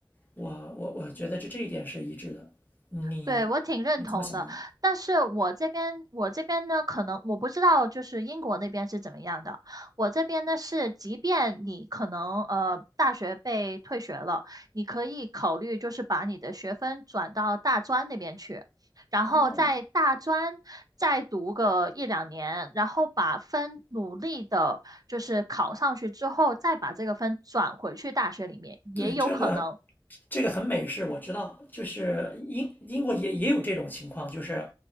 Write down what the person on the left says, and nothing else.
我我我觉得这这一点是一致的。你你怎么想呢？
哦，
对，
这个这个很美式，我知道，就是英英国也也有这种情况，就是